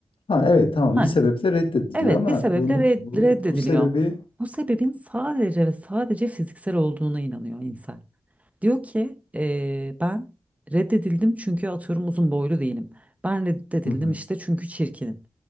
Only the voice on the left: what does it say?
Ha evet tamam
bir sebeple reddediliyor
ama
bunu
bu
bu sebebi
hı hı,